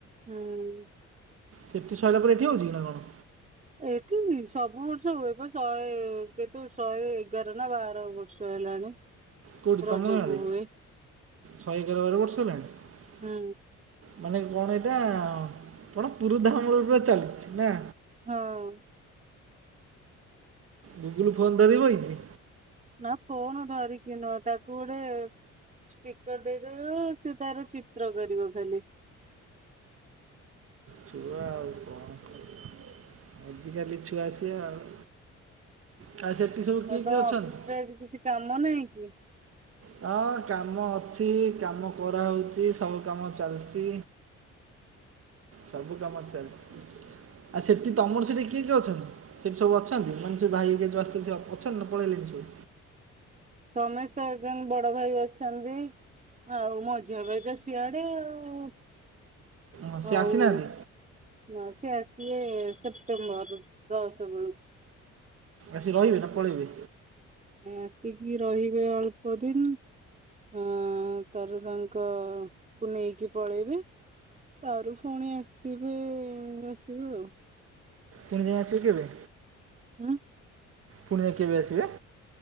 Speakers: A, on the right (about 25°); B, on the right (about 50°).
A: ହୁଁ
B: ସେଠି ଶହିଲା ପରେ ଏଠି ହଉଛି ନା କଣ?
A: ଏଠି ବି ସବୁ ବର୍ଷ ହୁଏ ବା ଶହେ କେତୁ ଶହେ ଏଗାର ନା ବାର ବର୍ଷ ହେଲାଣି।
B: କୋଉଠି
A: ରଜକୁ
B: ତମ ଗାଁରେ
A: ହୁଏ
B: ଶହେ ଏଗାର ବାର ବର୍ଷ ହେଲାଣି।
A: ହୁଁ।
B: ମାନେ କଣ ଏଇଟା କଣ ପୁରୁଧାମୂଳ ରୁ ଚାଲିଛି ନା।
A: ହଁ।
B: ଗୁଗୁଲୁ ଫୋନ ଧରି ବଇଛି।
A: ନା ଫୋନ ଧରିକି ନା ତାକୁ ଗୋଟେ ଷ୍ଟିକର ଦେଇ ଦବ ସେ ତାର ଚିତ୍ର କରିବ ଖାଲି।
B: ଛୁଆ ଆଉ କଣ କରିବ। ଆଜିକାଲି ଛୁଆ ସିଏ ଆଉ। ତାର ଯେତିକି ସବୁ କିଏ
A: ଆଉ ତମ
B: କିଏ ଅଛନ୍ତି
A: ଅଫିସ ରେ ଆଜି କିଛି କାମ ନାହିଁ କି।
B: ହଁ କାମ ଅଛି, କାମ କରାହୋଉଛି, ସବୁ କାମ ଚାଲିଛି। ସବୁ କାମ ଚାଲିଛି, ଆ ସେଠି ତମର ସେଠି କିଏ କିଏ ଅଛନ୍ତି? ସେଠି ସବୁ ଅଛନ୍ତି, ମାନେ ସେ ଭାଇ ଆସିଥିଲେ ଅଛନ୍ତି ନାଁ ପଳେଇଲେଣି ସବୁ?
A: ସମେଶେ ସା ବଡ ଭାଇ ଅଛନ୍ତି, ଆଉ ମୋ ଜବେଦ ସେଆଡେ ଆଉ,
B: ହଁ ସେ
A: ହଉ।
B: ଆସିନାହାନ୍ତି
A: ନାଁ ସେ ଆସିବେ ସେପ୍ଟେମ୍ବର ଦଶ୍ ବେଳକୁ।
B: ଆସି ରହିବେ ନାଁ ପଳେଇବେ?
A: ଆସିକି ରହିବେ ଅଳ୍ପ ଦିନ୍ ଅଁ ତା ପରେ ତାଙ୍କ କୁ ନେଇକି ପଳେଇବେ। ତାରୁ ପୁଣି ଆସିବେ ଆସିବେ ଆଉ।
B: ପୁଣି ଯାଇ ଆସିବେ କେବେ?
A: ହୁଁ।
B: ପୁଣି ଯାଇ କେବେ ଆସିବେ?